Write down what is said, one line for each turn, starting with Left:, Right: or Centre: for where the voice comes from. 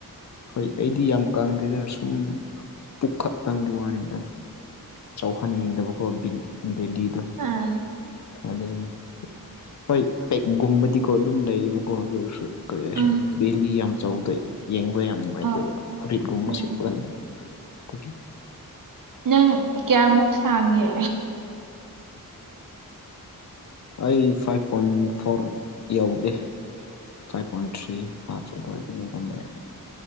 Left: ꯍꯣꯏ ꯑꯩꯗꯤ ꯌꯥꯝ ꯀꯪꯗꯦꯗ ꯁꯨꯝ ꯄꯨꯛꯈꯛꯇꯪꯒꯤ ꯋꯥꯅꯤꯅ ꯆꯥꯎꯧꯍꯟꯅꯤꯡꯗꯕꯀꯣ ꯕꯦꯂꯤꯗꯣ
Right: ꯑꯥ
Left: ꯑꯗꯨꯗꯩꯅꯦ ꯍꯣꯏ ꯄꯦꯛꯒꯨꯝꯕꯗꯤꯀꯣ ꯑꯗꯨꯝ ꯂꯩꯌꯦꯕꯀꯣ ꯑꯗꯨꯔꯁꯨ ꯀꯔꯤ ꯍꯥꯏ
Right: ꯎꯝ
Left: ꯕꯦꯂꯤ ꯌꯥꯝ ꯆꯥꯎꯗꯦ ꯌꯦꯡꯕ ꯌꯥꯝ ꯌꯥꯝ ꯅꯨꯡꯉꯥꯏꯇꯦꯕ
Right: ꯍꯣꯏ
Left: ꯐꯨꯔꯤꯠꯀꯨꯝꯕ
Right: ꯎꯝ
Left: ꯁꯦꯠꯄ ꯀꯟꯗ ꯑꯗꯨꯒꯤ
Right: ꯅꯪ ꯀꯌꯥꯃꯨꯛ ꯁꯥꯡꯒꯦ
Left: ꯑꯩ ꯐꯥꯏꯚ ꯄꯣꯏꯟ ꯐꯣꯔ ꯌꯎꯗꯦ ꯐꯥꯏꯚ ꯄꯣꯏꯟ ꯊ꯭ꯔꯤ ꯐꯞ ꯑꯗꯨꯋꯥꯏꯗ ꯂꯩꯔꯝꯕ ꯌꯥꯏ